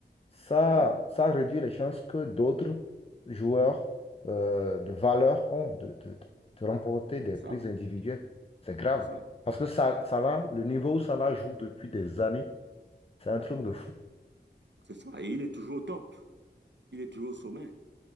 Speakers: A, on the left; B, on the right.
A: ça,
B: ouais,
A: ça réduit les chances que d'autres joueurs euh, de valeur ont de, de, de, de remporter des
B: c'est ça.
A: prises individuelles. C'est grave.
B: C'est ça,
A: Parce que ça, ça là, le niveau où ça là joue depuis des années, c'est un truc de fou.
B: c'est ça. Et il est toujours au top. Il est toujours au sommet.